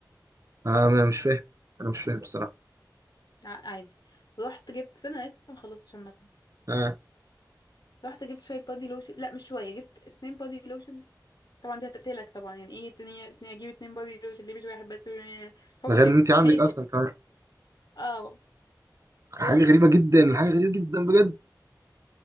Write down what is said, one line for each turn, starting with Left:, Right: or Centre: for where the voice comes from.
Right: آه انا مش فاهم انا مش فاهم بصراحه
Left: لا عادي ورحت جبت استنى أنا لسه ما خلصتش عامة
Right: اه
Left: رحت جبت شوية بادي لوشن لا مش شوية جبت اتنين بادي لوشن طبعا دي هتقتلك طبعا يعني ايه اتنين اتنين اجيب اتنين بادي لوشن ليه مش واحد بس هو
Right: ده غير
Left: كده
Right: ان انت عندك
Left: هي
Right: اصلا
Left: كده
Right: كمان
Left: اه
Right: حاجه
Left: ورحت
Right: غريبه جدا
Left: جبت
Right: حاجه غريبه جدا بجد